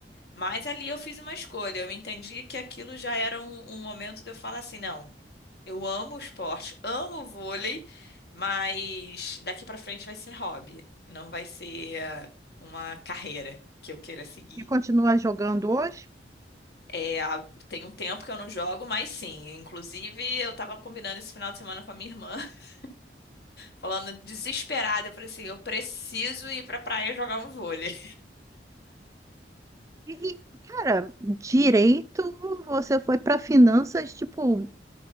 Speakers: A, on the left; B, on the right.
A: Mas ali eu fiz uma escolha. Eu entendi que aquilo já era um, um momento de eu falar assim: não, eu amo o esporte, amo o vôlei, mas daqui pra frente vai ser hobby, não vai ser eh, uma carreira que eu queira seguir.
B: E continua jogando hoje?
A: É, há- tem um tempo que eu não jogo, mas sim. Inclusive, eu tava combinando esse final de semana com a minha irmã, <laughs> falando desesperada. Eu falei assim: eu preciso ir pra praia jogar um vôlei.
B: E, e, cara, direito, você foi para finanças, tipo,